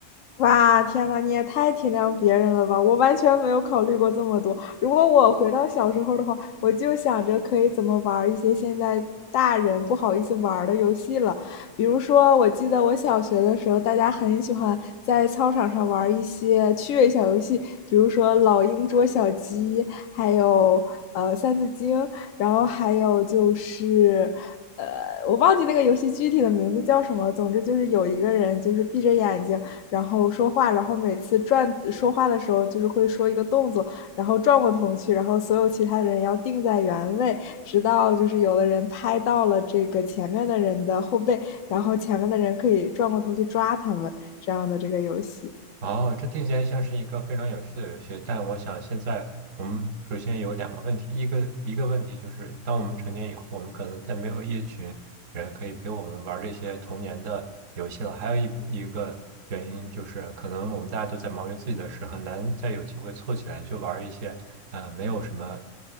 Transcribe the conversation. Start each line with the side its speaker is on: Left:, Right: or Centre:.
Left: 哇，天呐，你也太体谅别人了吧！我完全没有考虑过这么多。如果我回到小时候的话，我就想着可以怎么玩儿一些现在大人不好意思玩儿的游戏了。比如说，我记得我小学的时候，大家很喜欢在操场上玩儿一些趣味小游戏，比如说老鹰捉小鸡，还有呃三字经，然后还有就是呃，我忘记那个游戏具体的名字叫什么。总之就是有一个人就是闭着眼睛。然后说话，然后每次转说话的时候就是会说一个动作，然后转过头去，然后所有其他的人要定在原位，直到就是有的人拍到了这个前面的人的后背，然后前面的人可以转过头去抓他们，这样的这个游戏。
Right: 哦，这听起来像是一个非常有趣的游戏，但我想现在我们首先有两个问题，一个一个问题就是，当我们成年以后，我们可能再没有一群人可以陪我们玩这些童年的游戏了。还有一一个原因就是，可能我们大家都在忙于自己的事，很难再有机会凑起来就玩一些呃没有什么